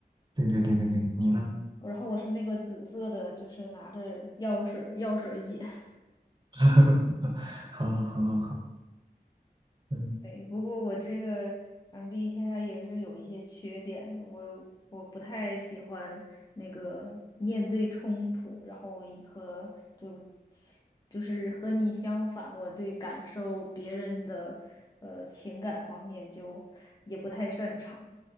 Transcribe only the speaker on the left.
儿，然后我是那个紫色的，就是拿着药水儿的药水姐。<laughs>
对，不过我这个 MBTI 也是有一些缺点的，我我不太喜欢那个面对冲突，然后以和就就是和你相反，我对感受别人的呃情感方面就也不太擅长，